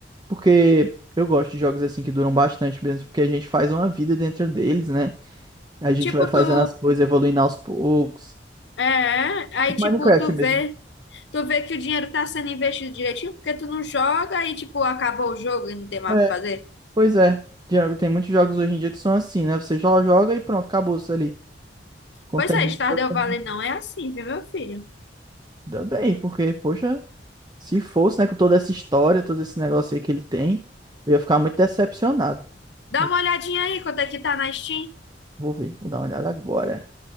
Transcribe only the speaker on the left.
Tipo,
tu.
É, aí,
tipo, tu
vê. Tu vê que o dinheiro tá sendo investido direitinho porque tu não joga e, tipo, acabou o jogo e não tem mais
o que fazer.
Pois
é, Stardew
Valley não é assim, viu, meu filho?
Dá
uma olhadinha aí quanto é que tá na Steam.